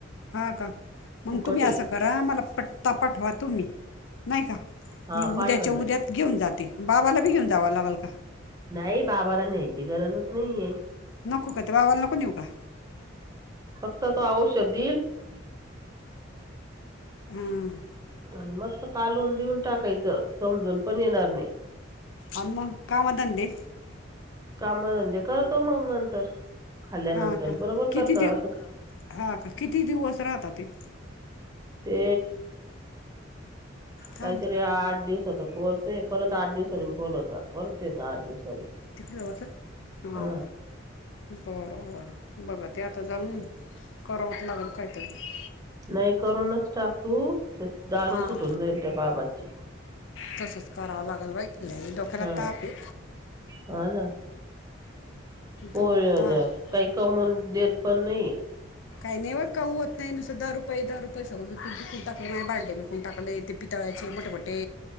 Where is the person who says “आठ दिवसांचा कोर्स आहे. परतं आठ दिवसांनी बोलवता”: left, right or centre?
Right